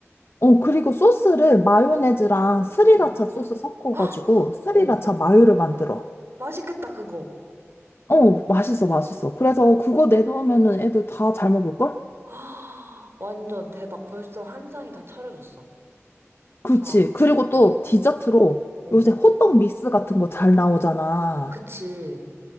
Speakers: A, on the left; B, on the right.
A: 어, 그리고 소스를 마요네즈랑 스리라차
B: 어.
A: 소스 섞어가지고
B: <gasps> 헉!
A: 스리라차
B: 오,
A: 마요를 만들어.
B: 맛있겠다, 그거.
A: 어, 맛있어, 맛있어. 그래서 그거 내놓으면은 애들 다 잘 먹을걸?
B: <gasps> 아, 완전 대박. 벌써 한 상이 다 차려졌어.
A: 그치.
B: 다.
A: 그리고
B: 어.
A: 또 디저트로
B: 어.
A: 요새 호떡 믹스 같은 거 잘 나오잖아.
B: 그치.